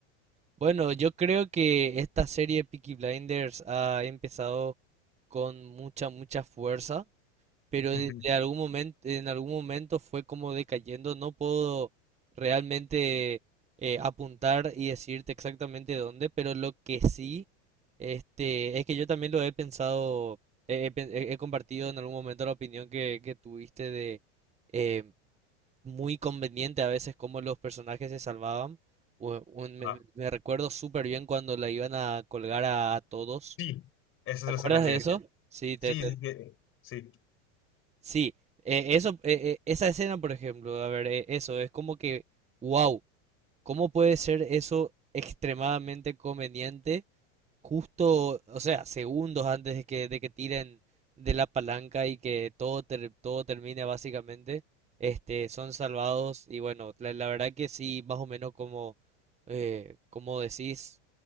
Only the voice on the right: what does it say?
Bueno, yo creo que esta serie Peaky Blinders ha empezado con mucha, mucha fuerza. pero
de, de algún momento, en algún momento fue como decayendo. No puedo realmente eh, apuntar y decirte exactamente dónde, pero lo que sí, este, es que yo también lo he pensado, eh, he, pen- he- he compartido en algún momento la opinión que, que tuviste de eh, muy conveniente a veces cómo los personajes se salvaban. O- o me
me- me recuerdo súper bien cuando la iban a colgar a, a todos.
¿Te
acuerdas
de
eso? Sí,
te,
Sí, eh, eso, eh, eh, esa escena, por ejemplo, a ver, eh, eso, es como que, wow, ¿cómo puede ser eso extremadamente conveniente justo, o sea, segundos antes de que, de que tiren de la palanca y que todo, ter- todo termine básicamente, este, son salvados y bueno, la, la verdad que sí, más o menos como, eh, como decís,